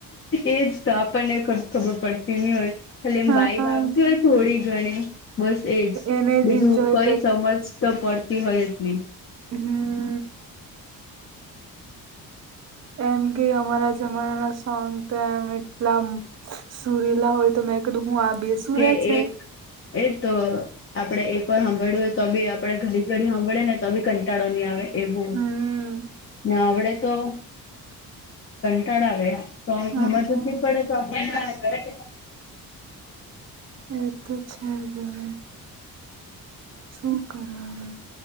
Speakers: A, on the left; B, on the right.
A: એજ તો. આપણને ખબ ખબર પડતી નહીં હોય. ખાલી એમ
B: હા
A: વાઈબ આવતી હોય થોડીક. ગણી, બસ એજ.
B: એને
A: બીજું
B: જ એન્જોય
A: કંઈ સમજ તો પડતી હોય જ નહીં.
B: હમ્મ. એમ કે અમારા જમાના ના સોંગ તો એમ એટલા આમ સુરીલા હોય. તો મે કીધું હું આ બેસુંરે
A: કે
B: છે?
A: એક એજ તો. આપણે એક વાર હાંભળ્યું હોય તો બી આપણે ઘડી-ઘડી હાંભળે ને તો બી કંટાળો ની આવે એવું.
B: હમ
A: ને આવડે તો
B: <inaudible>
A: કંટાળો આવે, સોંગ
B: હા
A: હમજ જ ની પડે તો આપણને.
B: એ તો છે જ હવે. શું કરવાનું?